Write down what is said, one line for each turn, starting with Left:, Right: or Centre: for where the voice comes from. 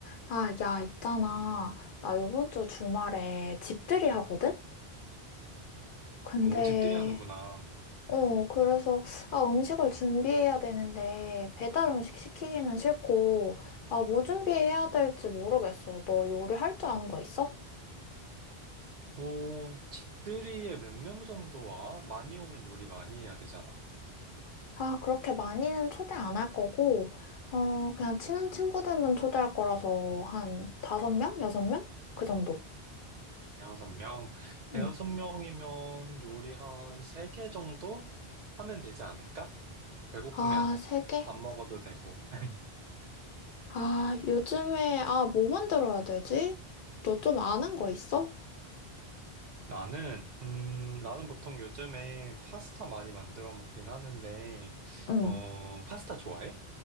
Left: 아, 야, 있잖아. 나 요번 주 주말에 집들이 하거든? 근데,
Right: 오, 집들이 하는구나.
Left: 어, 그래서, 아, 음식을 준비해야 되는데, 배달 음식 시키기는 싫고, 아, 뭐 준비해야 될지 모르겠어. 너 요리할 줄 아는 거 있어?
Right: 오, 집들이에 몇 명 정도 와? 많이 오면 요리 많이 해야 되잖아.
Left: 아, 그렇게 많이는 초대 안 할 거고, 어, 그냥 친한 친구들만 초대할 거라서, 한 다섯 명? 여섯 명? 그 정도.
Right: 대여섯 명. 대여섯
Left: 응.
Right: 명이면 요리 한 세 개 정도 하면 되지 않을까? 배고프면
Left: 아, 세
Right: <laughs>
Left: 개?
Right: 밥 먹어도 되고. <laughs>
Left: 아, 요즘에, 아, 뭐 만들어야 되지? 너 좀 아는 거 있어?
Right: 나는, 음, 나는 보통 요즘에 파스타 많이 만들어 먹긴 하는데,
Left: 응,
Right: 어, 파스타 좋아해?